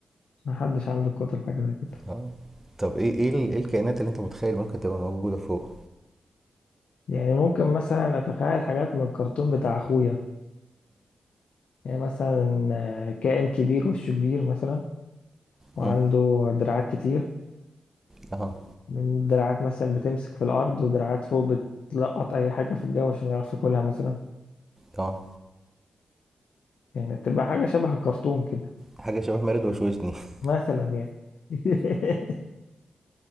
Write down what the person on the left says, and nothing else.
محدش عنده قدرة حاجه زي كده
يعني ممكن مثلا اتخيل حاجات من الكرتون بتاع اخويا يعني مثلا آه، كائن كبير وشه كبير مثلا وعنده
دراعات كتير
من دراعات مثلا بتمسك في الأرض ودراعات فوق بتلقط أي حاجة في الجو عشان يعرف ياكلها مثلا
يعني بتبقى حاجة شبه الكرتون كده
مثلا يعني <laughs>